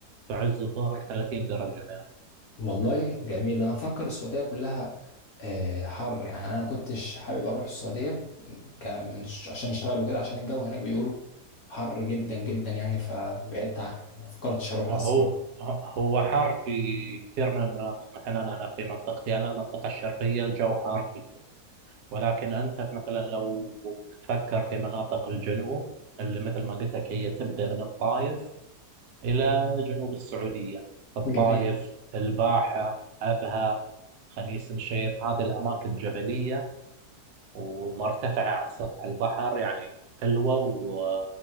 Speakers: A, on the right (about 85°); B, on the left (about 60°).
A: في عز الظهر 30 درجة
B: والله جميل انا مفكر السعوديه كلها آه، حر يعني انا ما كنتش حابب اروح السعوديه ك- من ش- عشان اشتغل وكده عشان الجو هناك بيقولوا حر جدا جدا يعني فبعدت عن- ما فكرتش اروحها
A: هو
B: الصراحه
A: هو حار في كثير من المناطق مثلا أنا في منطقتي أنا المنطقة الشرقية الجو حار جدا ولكن أنت مثلا لو تفكر في مناطق الجنوب اللي مثل ما قلت لك هي تبدأ من الطائف إلى جنوب السعودية الطائف
B: جميل
A: الباحة أبها خميس مشيط هذه الأماكن جبلية ومرتفعة عن سطح البحر يعني حلوة و...